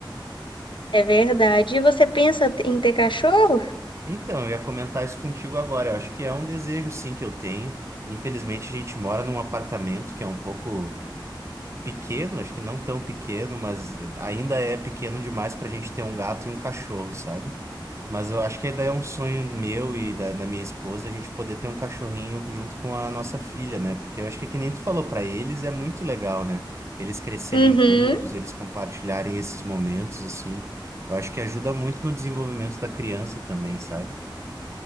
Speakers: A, on the left; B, on the right.
A: É verdade. E você pensa t- em ter cachorro?
B: Então, eu ia comentar isso contigo agora. Eu acho que é um desejo, sim, que eu tenho. Infelizmente, a gente mora num apartamento que é um pouco pequeno, acho que não tão pequeno, mas ainda é pequeno demais para a gente ter um gato e um cachorro, sabe? Mas eu acho que ainda é um sonho meu e da, da minha esposa a gente poder ter um cachorrinho junto com a nossa filha, né? Porque eu acho que, é que nem tu falou, para eles é muito legal, né? Eles crescerem
A: Uhum.
B: juntos, eles compartilharem esses momentos, assim. Eu acho que ajuda muito no desenvolvimento da criança também, sabe?